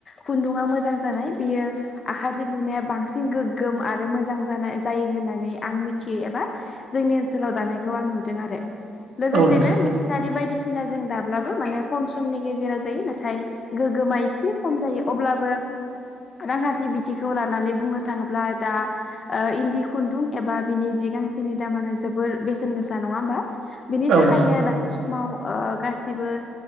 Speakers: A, on the left; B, on the right.
A: खुन्दुङा मोजां जानाय बियो आखायदो लुनाया बांसिन गोग्गोम आरो मोजां जानाय जायो होननानै आं मिथियो एबा जोंनि ओनसोलाव दानायखौ आं नुदों आरो लोगोसेनो
B: औ नोंथां
A: सिनारि बायदिसिना जों दाब्लाबो माने खम समनि गेजेराव जायो नाथाय गोगोमा एसे खम जायो अब्लाबो रांखान्थि बिथिंखौ लानानै बुंनो थाङोब्ला दा इन्दि खुन्दुं एबा बिनि जि गांसेनि दामानो जोबोर बेसेन गोसा नङा होमबा बिनि
B: औ
A: थाखायनो
B: नोंथां
A: दानि समाव गासिबो